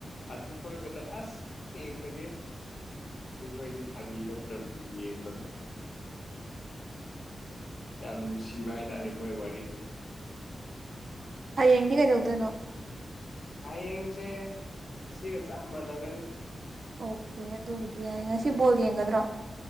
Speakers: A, on the left; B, on the right.
A: ꯑꯗꯨ ꯈꯣꯏꯒꯗ ꯐ ꯌꯦꯡꯕꯅꯦ ꯑꯗꯨ ꯈꯣꯏꯗꯤ ꯐꯥꯒꯤ ꯅꯠꯇ꯭ꯔꯕꯅꯤ ꯌꯦꯡꯕꯗ꯫ ꯌꯥꯝ ꯅꯨꯁꯤꯕ ꯍꯥꯏ ꯇꯥꯔꯦ ꯃꯣꯏ ꯋꯥꯔꯤꯗꯣ꯫
B: ꯍꯌꯦꯡꯗꯤ ꯀꯩꯗꯧꯗꯨꯏꯅꯣ?
A: ꯍꯌꯦꯡꯁꯦ ꯉꯁꯤꯒ ꯆꯞ ꯃꯥꯅꯒꯅꯤ꯫
B: ꯑꯣꯀꯦ ꯑꯗꯨꯕꯨꯗꯤ ꯌꯥꯏ ꯉꯁꯤ ꯕꯣꯜ ꯌꯦꯡꯒꯗ꯭ꯔꯣ?